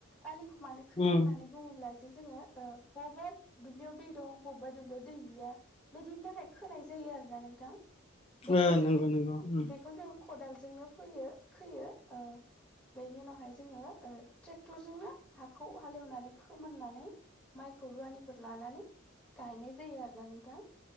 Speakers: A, in the centre; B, on the left.
A: आलिखौ मानो खोयो होननानै
B: उम
A: बुङोब्ला जे जोङो बबेबा दुब्लियाव दै दं बबेबा दुब्लियाव दै गैया बिदिनि थाखाय खोनाय जायो आरोोना नोंथां बेखौ
B: अ
A: जोङो
B: उम नंगौ नंगौ उम अ उम ओ नंगौ उम
A: बेखौ जोङो खदालजोंनो फैयो खोयो। ओ बेनि उनावहाय जोङो ओ ट्रेक्टरजोंनो हाखौ हालेवनानै फोमोननानै माइखौ रुवानिफोर लानानै गायनाय जायो आरो ना नोंथां